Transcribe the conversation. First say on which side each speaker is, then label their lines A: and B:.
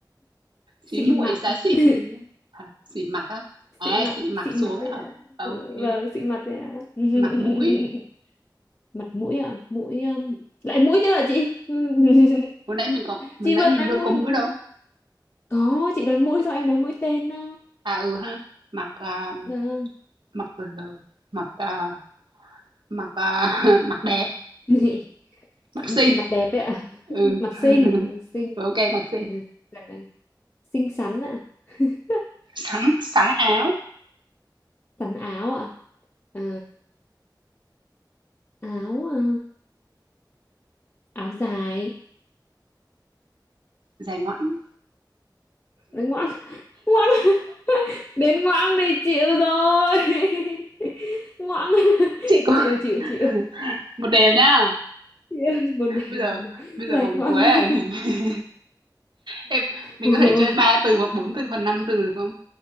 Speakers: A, on the right; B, on the left.
A: xí
B: xị
A: muội
B: mặt
A: xá xị
B: <laughs>
A: gì hả xỉ mặt á à
B: xị mặt
A: xị mặt
B: xị mặt
A: xuống ấy
B: đấy
A: hả
B: ạ
A: à, ok
B: vâng xị mặt đấy ạ
A: mặt mũi
B: <laughs> mặt mũi ạ mũi um, lại mũi thế ạ chị <laughs>
A: hồi nãy mình có hồi
B: chị
A: nãy
B: vừa
A: mình
B: nói
A: đâu
B: mũi
A: có mũi
B: mà.
A: đâu
B: có chị nói mũi sao em nói mũi tên đó
A: à ừ ha mặt à,
B: Vâng.
A: mặt l mặt à, mặt à, <laughs> mặt đẹp
B: <laughs>
A: mặt xinh
B: mặt đẹp ấy ạ
A: ừ
B: mặt
A: <laughs>
B: xinh ừ, xinh
A: ok mặt xinh
B: Ừ, gần này xinh xắn ạ <laughs>
A: sáng sáng áo
B: xắn áo ạ Ờ, áo ờ, áo dài
A: dài ngoẵng
B: Đấy, ngoãng ngoãng đến ngoãng này chịu rồi <laughs> ngoãng
A: chị có
B: chịu
A: <laughs>
B: chịu chịu
A: một đều nhá
B: <laughs> một đều
A: bây giờ
B: một đều
A: bây giờ
B: dài
A: vòng
B: ngoằng
A: cuối này
B: <laughs>
A: <laughs> em mình
B: ôi
A: có thể
B: ôi
A: chơi ba từ hoặc bốn từ hoặc năm từ được không